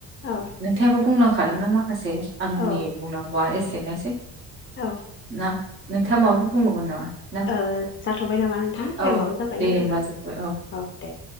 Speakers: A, on the left (about 35°); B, on the right (about 35°).
A: औ
B: नोंथाङाबो बुंलांखादोंना माखासे आंनि
A: औ
B: बुंनांगौआ एसेनोसै।
A: औ
B: ना नोंथाङा माबाफोर बुंबावगोन नामा ना
A: ओ जाथ'बाय नामा नोंथां थाइमाबो
B: औ
A: जाबायना
B: दे दे
A: जोंहा
B: होमबा जोब्बाय
A: औ दे।